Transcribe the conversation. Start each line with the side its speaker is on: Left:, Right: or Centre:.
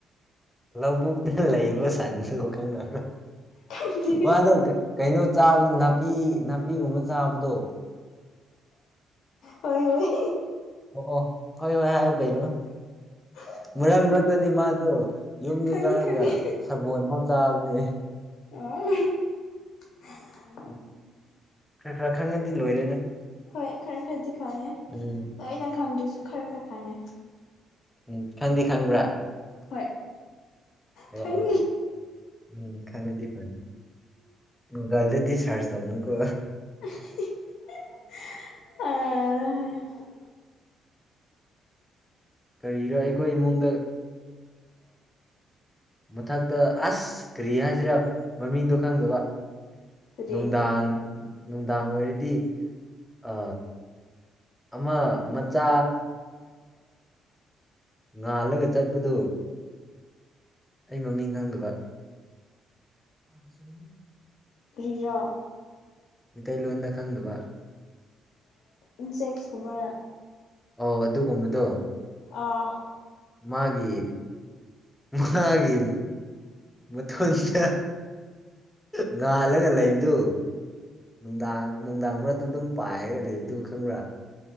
Centre: ꯂꯧꯕꯨꯛꯅ ꯂꯩꯕ ꯁꯟꯗꯨ ꯈꯪꯅꯕ꯭ꯔꯥ
Left: ꯈꯪꯗꯦ
Centre: ꯃꯥꯗꯧ ꯀ ꯀꯩꯅꯣ ꯆꯥꯕꯗ ꯅꯥꯄꯤ ꯅꯥꯄꯤꯒꯨꯝꯕ ꯆꯥꯕꯗꯣ
Left: ꯍꯣꯏ ꯍꯣꯏ
Centre: ꯑꯣ ꯑꯣ ꯍꯣꯏ ꯍꯣꯏ ꯍꯥꯏꯌꯨ ꯀꯩꯅꯣ
Left: <inaudible>
Centre: ꯃꯔꯛ ꯃꯔꯛꯇꯗꯤ ꯃꯥꯗꯣ ꯌꯨꯝꯗ
Left: ꯈꯪꯉꯦ
Centre: ꯆꯪꯉꯒ
Left: ꯈꯪꯉꯦ
Centre: ꯁꯕꯣꯜꯐꯥꯎ ꯆꯥꯕꯅꯦ
Left: ꯑꯣ
Centre: ꯎꯝ ꯈꯔ ꯈꯔ ꯈꯪꯉꯗꯤ ꯂꯣꯏꯔꯦꯗ
Left: ꯍꯣꯏ ꯈꯔ ꯈꯔꯗꯤ ꯈꯪꯉꯦ
Centre: ꯎꯝ
Left: ꯂꯣꯏꯅ ꯈꯪꯗ꯭ꯔꯁꯨ ꯈꯔ ꯈꯔ ꯈꯪꯉꯦ
Centre: ꯎꯝ ꯈꯪꯗꯤ ꯈꯪꯕ꯭ꯔꯥ
Left: ꯍꯣꯏ
Centre: ꯑꯣ
Left: ꯈꯪ
Centre: ꯑꯣ ꯎꯝ ꯈꯅꯗꯤ ꯐꯅ ꯃꯨꯒꯜꯗꯗꯤ ꯁꯥꯔꯁ ꯇꯧꯅ ꯀꯣ
Left: ꯑ ꯇ ꯍ
Centre: ꯀꯔꯤꯔꯣ ꯑꯩꯈꯣꯏ ꯏꯃꯨꯡꯗ ꯃꯊꯛꯇ ꯑꯁ ꯀꯔꯤ ꯍꯥꯏꯁꯤꯔꯥ ꯃꯃꯤꯡꯗꯣ ꯈꯪꯗꯕ
Left: ꯀꯔꯤ
Centre: ꯅꯨꯡꯗꯥꯡ ꯅꯨꯡꯗꯥꯡ ꯑꯣꯏꯔꯗꯤ ꯑ ꯑꯃ ꯃꯆꯥ ꯉꯥꯜꯂꯒ ꯆꯠꯄꯗꯨ ꯑꯩ ꯃꯃꯤꯡ ꯈꯪꯗꯕ <inaudible>
Left: ꯀ꯭ꯔꯤꯔ
Centre: ꯃꯤꯇꯩꯂꯣꯟꯗ ꯈꯪꯗꯕ
Left: ꯏꯟꯁꯦꯛꯁꯀꯨꯝꯕ
Centre: ꯑꯧ ꯑꯗꯨꯒꯨꯝꯕꯗꯣ
Left: ꯑꯥ
Centre: ꯃꯥꯒꯤ ꯃꯥꯒꯤ ꯃꯇꯊꯣꯟꯁꯤ ꯉꯥꯜꯂꯒ ꯂꯩꯕꯗꯨꯣ ꯅꯨꯡꯗꯥꯡ ꯅꯨꯡꯗꯥꯡ ꯃꯔꯛꯇ ꯑꯗꯨꯝ ꯄꯥꯏꯔꯒ ꯂꯩꯕꯗꯨ ꯈꯪꯕ꯭ꯔꯥ